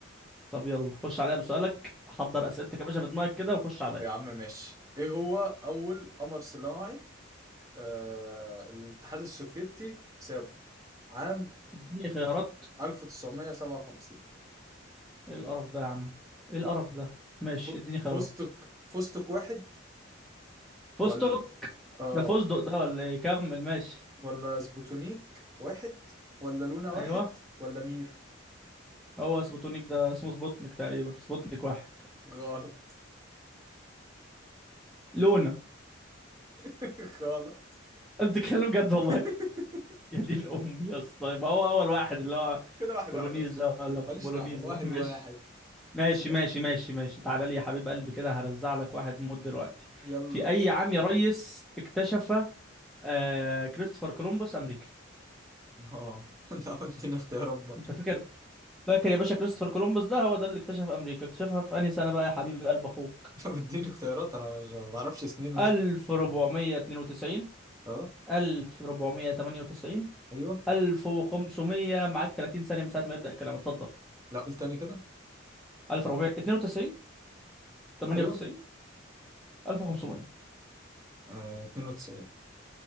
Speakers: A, in the centre; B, on the right.
A: طب يلا خش عليا بسؤالك حضر اسئلتك يا باشا في دماغك كده وخش عليا
B: طب يا عم ماشي ايه هو اول قمر صناعي آه الاتحاد السوفيتي سابه عام
A: اديني خيارات
B: 1957
A: ايه القرف ده يا عم ايه القرف ده ماشي
B: ف-
A: اديني
B: فستق
A: خيارات
B: فستق واحد
A: فستق
B: ولا آه
A: ده فستق ده ولا ايه كمل ماشي
B: ولا سبوتونيك واحد ولا لونا
A: ايوه
B: واحد ولا مير
A: هو سبوتونيك ده اسمه سبوتنيك تقريبا سبوتنيك واحد
B: غلط
A: لونا
B: <laughs> غلط
A: أنت بتتكلم جد
B: <laughs>
A: والله <laughs> يا دين امي يا اسطى يبقى هو اول واحد اللي هو
B: كده واحد
A: كولونيز
B: واحد يا باشا
A: ده ولا بولونيز
B: ماليش دعوة
A: ده
B: واحد
A: ماشي
B: واحد
A: ماشي
B: ماليش دعوة
A: ماشي ماشي ماشي تعالى لي يا حبيب قلبي كده هرزع لك واحد موت دلوقتي
B: يلا
A: في اي عام يا ريس اكتشف آه كريستوفر كولومبوس امريكا
B: اه <laughs> انت اديني اختيارات بقى
A: انت فاكر فاكر يا باشا كريستوفر كولومبوس ده هو ده اللي اكتشف امريكا اكتشفها في انهي سنة بقى يا حبيب قلب اخوك
B: انت بتديني اختيارات انا مش- ما بعرفش سنين انا
A: 1492
B: اه
A: 1498
B: ايوه
A: 1500 معاك 30 ثانية من ساعة ما يبدأ الكلام اتفضل
B: لا قول تاني كده
A: 1492 98
B: ايوه
A: 1500
B: آه 92